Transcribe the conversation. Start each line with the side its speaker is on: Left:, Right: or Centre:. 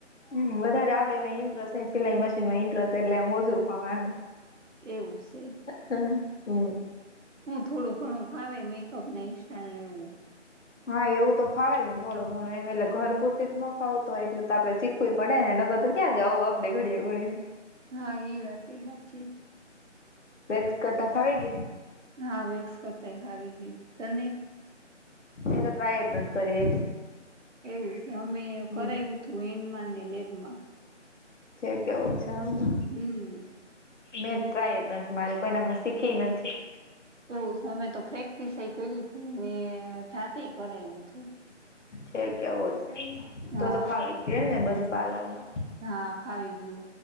Left: હમ, વધારે આપડે એમાં ઇન્ટસ્ટ નથી, સિલાઈ મશીન માં ઇન્ટરેસ્ટ એટલેમ ઓછું ફાવવા.
Right: એવું છે.
Left: હા, હમ.
Right: હું થોડું ઘણું ફાવે, મેકઅપ ને સ્ટાઈલ લેવું.
Left: હા, એવું તો ફાવે ને, થોડો ઘણો એમ એટલે ઘર પૂરતી જ, નહીં, ના ફાવતો હોય એટલે તો આપડે. ખઈ પડે ને, એ લોકો કરે તો ક્યાં જવું આપડે ઘડીએ ઘડી.
Right: હા, એ વાત સાચી.
Left: બેક્સ કતા ખાવ ગ
Right: હા વેક્સ કરતાય ફાવી ગયું તને
Left: એ તો ટ્રાય જ ન કરી
Right: એવું છે અમે
Left: હમ
Right: કરાવું હતું એન્ડમાં ને લેગમાં
Left: જે કેવું છે એમને
Right: હમ
Left: મેં ટ્રાય જ નથી મારી કોઈને અ શીખી નથી
Right: એવું છે અમે તો પ્રેક્ટિસ કરી હતી ને જાતે કરાવ્યું હતું
Left: જે કેવું છે
Right: હા
Left: તો તો ફાવી ગય એમને બધું પાર્લર નું
Right: હા ફાવી ગયું